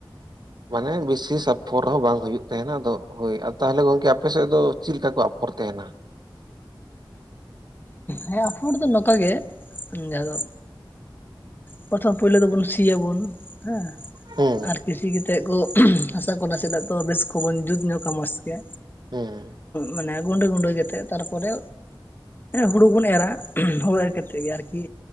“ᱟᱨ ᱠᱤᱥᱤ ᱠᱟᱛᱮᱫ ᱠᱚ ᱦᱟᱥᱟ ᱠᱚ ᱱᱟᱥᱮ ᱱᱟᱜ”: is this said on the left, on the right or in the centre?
Left